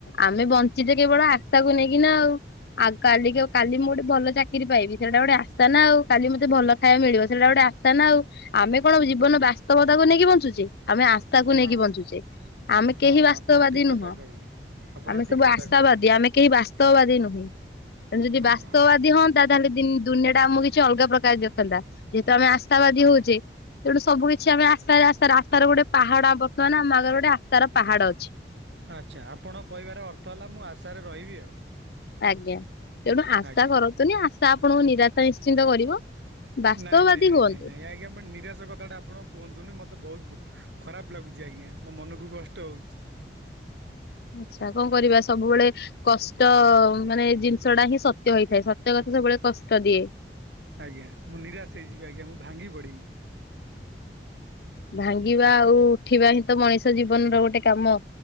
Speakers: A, on the left; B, on the right.
A: ଆମେ ବଞ୍ଚିଛେ କେବଳ ଆଶ୍ତା କୁ ନେଇକିନା ଆଉ। ଆଉ କାଲି କି ଆଉ କାଲି ମୁଁ ଗୋଟେ ଭଲ ଚାକିରି ପାଇବି ସେଟା ଗୋଟେ ଆଶ୍ତା ନା ଆଉ। କାଲି ମତେ ଭଲ ଖାଇବା ମିଳିବ ସେଇଟା ଗୋଟେ ଆଶ୍ତା ନା ଆଉ। ଆମେ କଣ ଜୀବନ ବାସ୍ତବତାକୁ ନେଇକି ବଞ୍ଚୁଚେ ଆମେ ଆଶ୍ ତା କୁ
B: ହଁ
A: ନେଇକି ବଞ୍ଚୁଛେ ଆମେ
B: ହଁ
A: କେହି ବାସ୍ତବାଦୀ
B: ଆପଣ ଠିକ୍ କଥା
A: ନୁହଁ।
B: କହିଲେ ଆପଣ
A: ଆମେ ସବୁ
B: ଠିକ୍ କଥା
A: ଆଶାବାଦୀ
B: କହିଲେ
A: ଆମେ କେହି ବାସ୍ତବାଦୀ ନୁହେଁ ତେଣୁ ଯଦି
B: ହଁ
A: ବାସ୍ତବାଦୀ ହୁଅନ ନ୍ତା ତାହେଲେ ଦି ଦୁନିଆ ଟା ଆମକୁ କିଛି ଅଲଗା ପ୍ରକାର ଦେଖନ୍ତା ଯେହେତୁ ଆମେ ଆସ୍ଥାବାଦୀ
B: ହଁ
A: ହଉଚେ ତେଣୁ ସବୁ କିଛି ଆମେ ଆଶା ରେ ଆଶାରେ ଆଶାର ଗୋଟେ ପାହାଡ ଆମ ପାକାନ ଆମ ଆଗରେ ଗୋଟେ ଆଶାର ପାହାଡ ଅଛି।
B: ଆଚ୍ଛା ଆପଣ କହିବାର ଅର୍ଥ ହେଲା ମୁଁ ଆଶାରେ ରହିବି ଆଉ।
A: ଆଜ୍ଞା ତେଣୁ ଆଶା
B: ଆଜ୍ଞା
A: କରନ୍ତୁନି ଆଶା ଆପଣଙ୍କୁ ନିରାଶା ନିଶ୍ଚିନ୍ତ କରିବ। ବାସ୍ତବବାଦୀ
B: ନାଇଁ ନାଇଁ ନାଇଁ
A: ହୁଅନ୍ତୁ।
B: ନାଇଁ ନାଇଁ ଆଜ୍ଞା ଆପଣ ନିରାଶ କଥାଟା ଆ ଆପଣ କୁହନ୍ତୁନି ମୋତେ ବହୁତ ବ ଖରାପ ଲାଗୁଛି ଆଜ୍ଞା ମୋ ମନକୁ କଷ୍ଟ ହୋଉଚି।
A: ଆଚ୍ଛା କ କରିବା ସବୁବେଳେ କଷ୍ଟ ମାନେ ଏଇ ଜିନିଷ ଟା ହିଁ ସତ୍ୟ ହେଇଥାଏ ସତ୍ୟ କଥା ସବୁବେଳେ କଷ୍ଟ ଦିଏ।
B: ଆଜ୍ଞା ମୁଁ ନିରାଶ ହୋଇଯିବି ଆଜ୍ଞା ମୁଁ ଭାଙ୍ଗି ପଡ଼ବି।
A: ଭାଙ୍ଗିବା ଆଉ ଉଠିବା ହିଁ ତ ମଣିଷ ଜୀବନର ଗୋଟେ କାମ।